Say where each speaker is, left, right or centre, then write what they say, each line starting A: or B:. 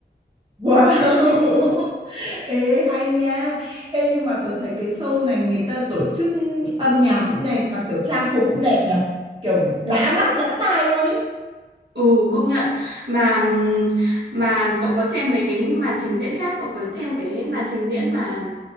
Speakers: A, on the right (about 30°); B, on the right (about 85°).
A: Wow <laughs> Ê hay nha Ê nhưng mà tớ thấy cái show này người ta tổ chức âm nhạc cũng đẹp Mà kiểu trang phục cũng đẹp nhở Kiểu đã mắt lã tai luôn ý
B: ừ công nhận mà mà cậu có xem mấy cái màn trình diễn khác cậu có xem cái màn trình diễn mà